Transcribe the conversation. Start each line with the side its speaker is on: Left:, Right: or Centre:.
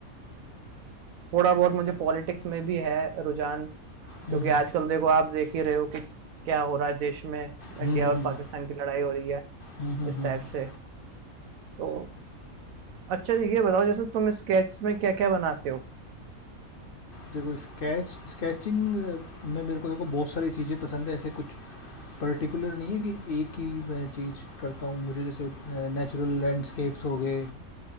Right: थोड़ा बहुत मुझे पॉलिटिक्स में भी है रुझान क्योंकि
Left: हम्म
Right: आजकल देखो आप देख ही रहे हो कि क्या हो रहा है देश में,
Left: हम्म
Right: इंडिया और
Left: हम्म
Right: पाकिस्तान की लड़ाई हो रही है,
Left: हम्म हम्म,
Right: इस
Left: हम्म।
Right: टाइप से। तो अच्छा ये बताओ जैसे तुम स्केच में क्या-क्या बनाते हो?
Left: देखो स्केच स्केचिंग में मेरे को देखो बहुत सारी चीज़ें पसंद है ऐसे कुछ पर्टिकुलर नहीं है कि एक ही मैं चीज़ करता हूँ मुझे जैसे नेचुरल लैंडस्केप्स हो गए